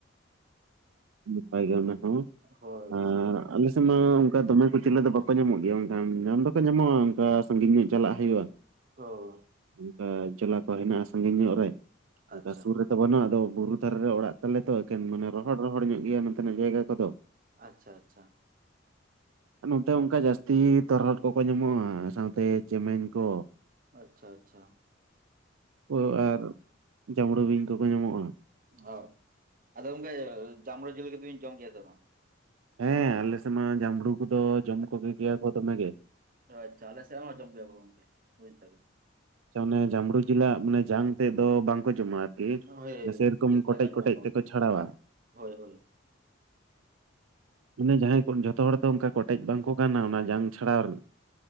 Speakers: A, on the right; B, on the right.
A: ᱱᱟᱯᱟᱭ ᱜᱮ ᱚᱱᱟ ᱠᱚᱦᱚ
B: ᱦᱳᱭ
A: ᱟᱨ ᱟᱞᱮ ᱥᱮᱫ ᱢᱟ ᱚᱱᱠᱟ ᱫᱚᱢᱮ ᱠᱩᱪᱞᱟᱹ ᱫᱚ ᱵᱟᱠᱚᱼᱼ ᱵᱟᱠᱚ ᱧᱟᱢᱚᱜ ᱜᱮᱭᱟ ᱵᱟᱝᱠᱷᱟᱱ ᱧᱟᱢ ᱫᱚᱠᱚ ᱧᱟᱢᱚᱜᱼᱟ ᱚᱱᱠᱟ ᱥᱟᱺᱜᱤᱧ ᱧᱚᱜ ᱪᱟᱞᱟᱜ ᱦᱩᱭᱩᱜᱼᱟ
B: ᱦᱳᱭ
A: ᱚᱱᱠᱟ ᱡᱚᱞᱟ ᱠᱚ ᱦᱮᱱᱟᱜᱼᱟ ᱥᱟᱺᱜᱤᱧ ᱧᱚᱜ ᱨᱮ, ᱚᱱᱠᱟ
B: ᱟᱪᱪᱷᱟ
A: ᱥᱩᱨ ᱨᱮᱼᱼ ᱵᱟᱹᱱᱩᱜᱼᱟ ᱟᱫᱚ ᱵᱩᱨᱩ ᱫᱷᱟᱨᱮ ᱨᱮ ᱚᱲᱟᱜ ᱛᱟᱞᱮ ᱛᱚ ᱮᱠᱮᱱ ᱢᱟᱱᱮ ᱨᱚᱦᱚᱲ ᱨᱚᱦᱚᱲ ᱧᱚᱜ ᱜᱮᱭᱟ ᱱᱚᱛᱮᱱᱟᱜ ᱡᱟᱭᱜᱟ ᱠᱚᱫᱚ
B: ᱟᱪᱪᱷᱟ ᱟᱪᱪᱷᱟ
A: ᱱᱚᱛᱮ ᱚᱱᱠᱟ ᱡᱟᱹᱥᱛᱤ ᱛᱚᱨᱦᱚᱫ ᱠᱚᱠᱚ ᱧᱟᱢᱚᱜᱼᱟ ᱥᱟᱶᱛᱮ ᱪᱮᱢᱮᱧ ᱠᱚ
B: ᱟᱪᱪᱷᱟ ᱟᱪᱪᱷᱟ
A: ᱳ ᱟᱨ ᱡᱟᱸᱢᱲᱳ ᱵᱤᱧ ᱠᱚᱠᱚ ᱧᱟᱢᱚᱜᱼᱟ
B: ᱦᱳᱭ ᱟᱫᱚ ᱜᱚᱝᱠᱮ ᱡᱟᱸᱢᱲᱩ ᱡᱤᱞ ᱠᱚᱫᱚ ᱵᱤᱱ ᱡᱚᱢ ᱜᱮᱭᱟ ᱥᱮ ᱵᱟᱝ
A: ᱦᱮᱸ ᱟᱞᱮᱥᱮᱫ ᱢᱟ ᱡᱟᱢᱲᱩ ᱠᱚᱫᱚ ᱡᱚᱢ ᱠᱚᱜᱮ ᱜᱮᱭᱟ ᱠᱚ ᱫᱚᱢᱮ ᱜᱮ
B: ᱳ ᱟᱪᱪᱷᱟ ᱟᱞᱮᱥᱮᱫ ᱦᱚᱸ ᱡᱚᱢ ᱜᱮᱭᱟ ᱠᱚ ᱜᱚᱢᱠᱮ ᱵᱩᱡ ᱫᱟ ᱵᱮᱱ
A: ᱚᱱᱮ ᱡᱟᱢᱵᱽᱲᱩ ᱡᱤᱞᱟᱜ ᱢᱟᱱᱮ ᱡᱟᱝ ᱛᱮᱫ ᱫᱚ ᱵᱟᱝᱠᱚ ᱡᱚᱢᱟ ᱟᱨᱠᱤ
B: ᱦᱳᱭ
A: ᱥᱮᱨᱚᱠᱚᱢ
B: ᱡᱮᱞ
A: ᱠᱚᱴᱮᱡ
B: ᱛᱮᱫ ᱠᱚ ᱡᱚᱢᱟ
A: ᱠᱚᱴᱮᱡ
B: ᱠᱚ
A: ᱛᱮᱠᱚ ᱪᱷᱟᱲᱟᱣᱟ
B: ᱦᱳᱭ ᱦᱳᱭ
A: ᱢᱟᱱᱮ ᱡᱟᱦᱟᱸᱭ ᱠᱚ ᱡᱚᱛᱚ ᱦᱚᱲ ᱫᱚ ᱚᱱᱠᱟ ᱠᱚᱴᱮᱡ ᱵᱟᱝᱠᱚ ᱜᱟᱱᱟ ᱚᱱᱟ ᱡᱟᱝ ᱪᱷᱟᱲᱟᱣ ᱨᱮᱱᱟᱜ